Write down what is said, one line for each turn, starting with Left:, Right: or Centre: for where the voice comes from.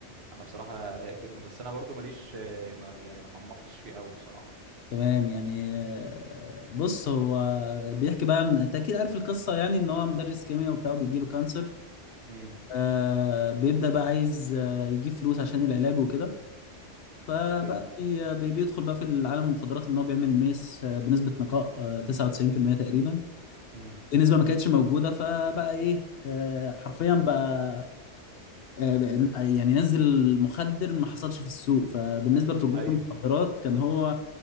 Right: انا بصراحه رايق جدا بس انا برضو ماليش آه، ما يعني ما تعمقتش فيه قوي بصراحه
Left: تمام يعني آه، بص هو بيحكي بقى عن- انت اكيد عارف القصه يعني ان هو مدرس كيمياء وبتاع وبيجيله كانسر
Right: امم
Left: آه بيبدا بقى عايز آه، يجيب فلوس عشان العلاج وكده فبقى
Right: ايوه
Left: بي آه، بي- بيدخل بقى في العالم المخدرات ان هو بيعمل ميس آه، بنسبه نقاء آه، 99% تقريبا
Right: امم
Left: دي نسبه ما كانتش موجوده فبقى ايه آه، حرفيا بقى آه، يعني نزل مخدر ما حصلش في السوق فبالنسبه
Right: امم
Left: لتجار
Right: ايوه
Left: المخدرات كان هو